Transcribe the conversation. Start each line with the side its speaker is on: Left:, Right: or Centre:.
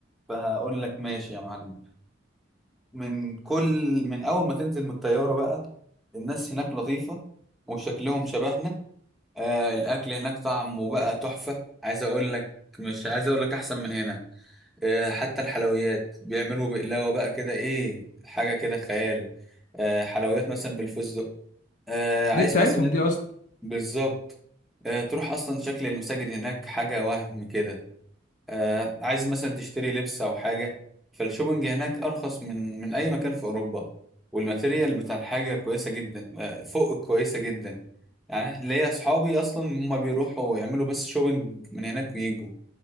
Centre: فهقول لك ماشي يا معلم من كل من اول ما تنزل من الطيارة بقى الناس هناك لطيفة وشكلهم شبهنا آه الاكل هناك طعمه بقى تحفة عايز اقول لك مش عايز اقول لك احسن من هنا آه حتى الحلويات بيعملوا بقلاوة بقى كده ايه حاجة كده خيال آه حلويات مثلا بالفستق آه عايز
Left: دي بتاعتهم
Centre: مثلا
Left: دي اصلا
Centre: بالظبط آه، تروح اصلا شكل المساجد هناك حاجه وهم كده آه، عايز مثلا تشتري لبس او حاجه فالشوبنج هناك ارخص من من اي مكان في اوروبا والماتيريال بتاع الحاجه كويسه جدا آه، فوق كويسه جدا يعني إحنا- ليا اصحابي اصلا هما بيروحوا يعملوا بس شوبنج من هناك ويجوا